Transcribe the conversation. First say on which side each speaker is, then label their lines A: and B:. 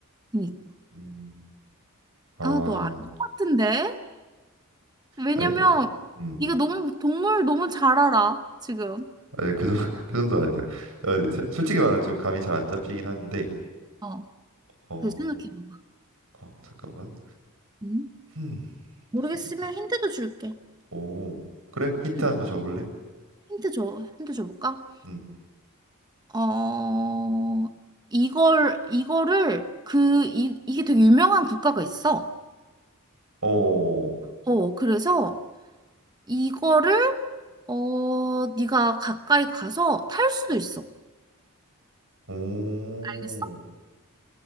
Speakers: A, on the right; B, on the right.
A: 그니-
B: 음, 아,
A: 아, 너 알 것 같은데? 왜냐면
B: 아니, 음,
A: 네가 너무 동물 너무 잘 알아, 지금.
B: 아니 그정 <laughs> 그 정도 아니야. 아, 네, 자, 솔직히 말하면 지금 감이 잘 안 잡히긴 하는데.
A: 어,
B: 어,
A: 그래 생각해봐봐.
B: 어, 잠깐만.
A: 응?
B: 음,
A: 모르겠으면
B: 이-
A: 힌트도 줄게.
B: 오, 그래? 힌트
A: 응,
B: 한 번 줘볼래?
A: 힌트 줘, 힌트 줘볼까?
B: 음,
A: 어, 이걸, 이거를, 그, 이, 이게 되게 유명한 국가가 있어.
B: 어,
A: 어, 그래서 이거를, 어, 네가 가까이 가서 탈 수도 있어.
B: 오,
A: 알겠어?